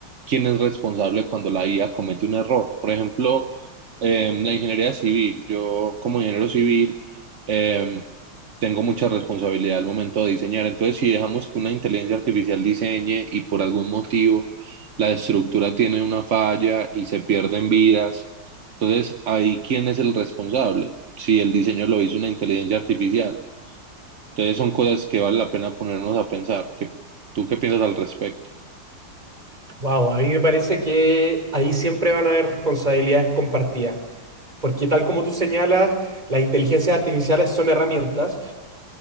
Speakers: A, on the right; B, on the right.
A: quién es responsable cuando la IA comete un error. Por ejemplo, em, la ingeniería civil, yo como ingeniero civil, em, tengo mucha responsabilidad al momento de diseñar. Entonces, si dejamos que una inteligencia artificial diseñe y por algún motivo la estructura tiene una falla y se pierden vidas, entonces, ahí, ¿quién es el responsable? Si el diseño lo hizo una inteligencia artificial. Entonces, son cosas que vale la pena ponernos a pensar. ¿Qué- ¿Tú qué piensas al respecto?
B: Wow, a mí me parece que ahí siempre van a haber responsabilidades compartidas, porque tal como tú señalas, las inteligencias artificiales son herramientas